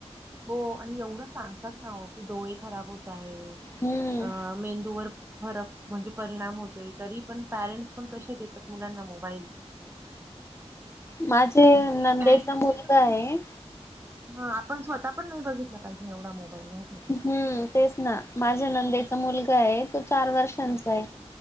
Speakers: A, on the right (about 20°); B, on the left (about 25°).
A: हो आणि एवढं सांगतात ना ओ की डोळे खराब होताये,
B: हम्म
A: अ मेंदूवर फरक म्हणजे परिणाम होतोय. तरी पण पॅरेंट्स पण कसे देतात मुलांना मोबाईल? <inaudible>
B: माझे
A: ऍक्च्युली
B: नंदेचा
A: पॅरेंट्सनी
B: मुलगा
A: पण
B: आहे,
A: ह आपण स्वतः पण नाही बघितलं पाहिजे एवढा मोबाईल ना ओ ताई.
B: हं तेच ना. माझ्या नंदेचा मुलगा आहे, तो चार वर्षांचा
A: हा.
B: आहे.